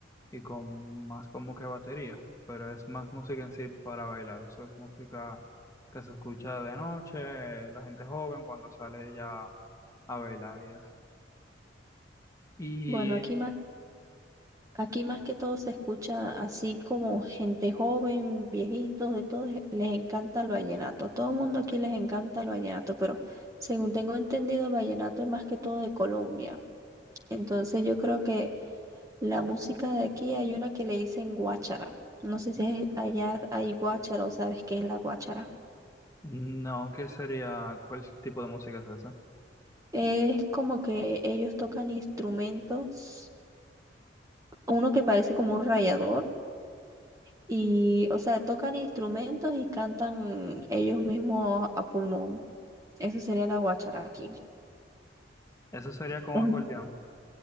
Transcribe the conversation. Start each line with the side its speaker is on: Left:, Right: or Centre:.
Left: y con más como que batería, pero es más música en sí para bailar. Eso es música que se escucha de noche, eh, la gente joven cuando sale ya a bailar y eso. Y
Right: Bueno, aquí más, aquí más que todo se escucha así como gente joven, viejitos, de todo, les encanta el vallenato. A todo el mundo aquí les encanta el vallenato, pero según tengo entendido, el vallenato es más que todo de Colombia. Entonces yo creo que La música de aquí hay una que le dicen guáchara. No sé si es- allá hay guáchara o sabes qué es la guáchara.
Left: no, ¿qué sería? ¿Cuál tipo de música es esa?
Right: Es como que ellos tocan instrumentos, uno que parece como un rayador, y, o sea, tocan instrumentos y cantan ellos mismos a pulmón. Eso sería la guáchara aquí.
Left: Eso sería con
Right: Em,
Left: acordeón.